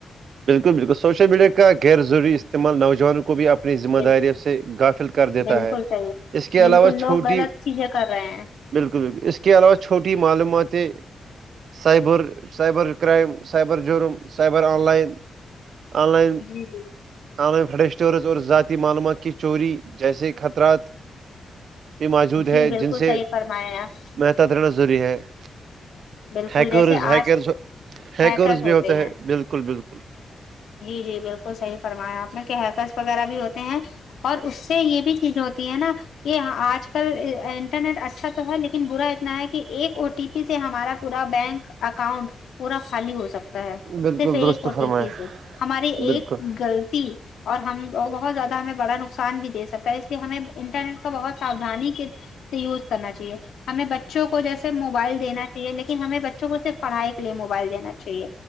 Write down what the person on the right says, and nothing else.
بالکل بالکل سوشل میڈیا کا غیر ضروری استعمال نوجوانوں کو بھی اپنی
ذمہ داریوں سے افل کر دیتا
ہے
اس کے
علاوہ
چھوٹی
بالکل بالکل اس کے علاوہ چھوٹی معلوماتیں سائبر سائبر کررائم سائبر جرم cyber online online
آن لائن فڈ اسٹورز اور ذاتی معلومات کی چوری جیسے خطرات بھی موجود ہے
جن سے
محتط رہنا ضروری ہے <unintelligible>
ہیکرز
ہیکرز ہیکرز
بھی ہوتا
ہے بالکل بالکل
بالکل
درست
فرمایا
بالکل